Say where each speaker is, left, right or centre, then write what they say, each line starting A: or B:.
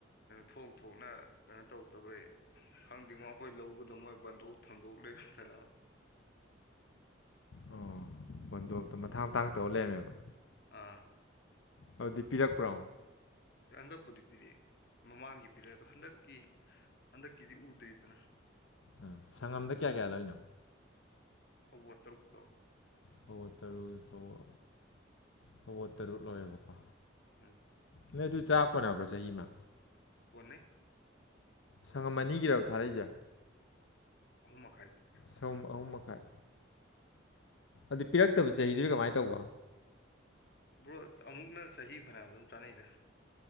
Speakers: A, on the left; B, on the left.
A: ꯊꯣꯛ ꯊꯣꯛꯅ ꯀꯩꯅꯣ ꯇꯧꯛꯇꯕꯩ ꯈꯪꯗꯦꯉꯣ ꯑꯩꯈꯣꯏ ꯂꯧꯒꯗꯕ ꯃꯣꯏ ꯕꯟꯗꯣꯛ ꯊꯟꯗꯣꯛ ꯂꯩꯔꯝꯗꯅꯕ
B: ꯑꯣ ꯕꯟꯗꯣꯞꯇ ꯃꯊꯥꯡ ꯃꯊꯥꯡ ꯇꯧꯔ ꯂꯩꯔꯝꯃꯦꯕ
A: ꯑꯥ
B: ꯑꯗꯨꯗꯤ ꯄꯤꯔꯛꯄ꯭ꯔꯣ
A: ꯍꯟꯗꯛꯄꯨꯗꯤ ꯄꯤꯔꯛꯑꯦ ꯃꯃꯥꯡꯒꯤ ꯄꯤꯔꯛꯑꯦ ꯑꯗꯣ ꯍꯟꯗꯛꯀꯤ ꯍꯟꯗꯛꯀꯤꯗꯤ ꯎꯗ꯭ꯔꯤꯗꯅ
B: ꯑ ꯁꯪꯉꯝꯗ ꯀꯌꯥ ꯀꯌꯥ ꯂꯣꯏꯅꯣ
A: ꯍꯧꯕ ꯇꯔꯨꯛ ꯂꯣ
B: ꯐꯕꯣ ꯇꯔꯨ ꯐꯕ ꯐꯕꯣ ꯇꯔꯨꯛ ꯂꯣꯏꯌꯦꯦꯕꯀꯣ
A: ꯎꯝ
B: ꯅꯣꯏ ꯑꯗꯨ ꯆꯥꯛꯄꯣꯅꯕ꯭ꯔꯣ ꯆꯍꯤꯃ
A: ꯄꯨꯟꯅꯦ
B: ꯁꯪꯉꯝ ꯑꯅꯤꯒꯤꯔꯕ ꯊꯥꯔꯛꯏꯁꯦ
A: ꯑꯍꯨꯝ ꯃꯈꯥꯏ
B: ꯁꯨꯝ ꯑꯍꯨꯝ ꯃꯈꯥꯏ ꯑꯗꯨ ꯄꯤꯔꯛꯇꯕ ꯆꯍꯤꯗꯨꯗꯤ ꯀꯃꯥꯏꯅ ꯇꯧꯕ
A: ꯕ꯭ꯔꯣ ꯑꯃꯨꯛꯅ ꯆꯍꯤ ꯐꯅꯌꯥꯝ ꯑꯗꯨꯝ ꯆꯥꯅꯩꯗ